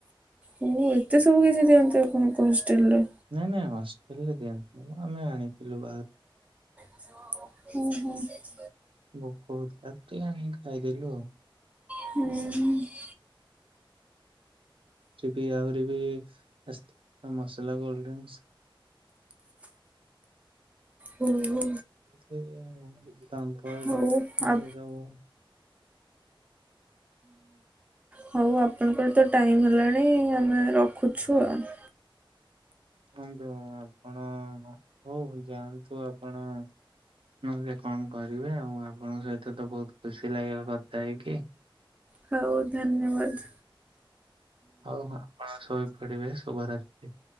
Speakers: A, on the right (about 15°); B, on the right (about 75°).
A: ମୁଁ କଇଲି ଏତେ ସବୁ କିଛି ଦିଅନ୍ତି ଆପଣଙ୍କ ହଷ୍ଟେଲରେ?
B: ନାଇଁ ନାଇଁ, ହଷ୍ଟେଲ ରେ ଦିଅନ୍ତିନି। ଆମେ ଆଣିଥିଲୁ ପା
A: ଓଃ। <unintelligible>
B: ଭୋକ ହଉଥିଲା। ଟିକେଖାଇଦେଲୁ ଆଉ।
A: ହୁଁ। <unintelligible>
B: ସେଟି ଆହୁରି ବି ଏସ୍ ମସଲା କୋଲଡଡ୍ରିଂଙ୍କସ୍
A: ହୁହୁ।
B: ଏଥିରେ ତାଙ୍କପାମ୍ପାଡହେଲେଶବୁ।
A: ହଉ ଆ ହଉ ଆପଣଙ୍କର ତ ଟାଇମ୍ ହେଲାଣି ଆମେ ରଖୁଛୁ ଆଉ।
B: କୁହନ୍ତୁ ଆପଣ ହୋଉ ଯାଆନ୍ତୁ ଆପଣ ନହେଲେ କଣ କରିବେ ଆଉ ଆପଣଙ୍କ ସହିତ ତ ବହୁତ ଖୁସି ଲାଗିଲା କଥା ହେଇକି। <unintelligible>
A: ହଉ ଧନ୍ୟବାଦ୍।
B: ହଉ ଆପଣ ଶୋଇପଡିବେ ଶୁଭରାତ୍ରି।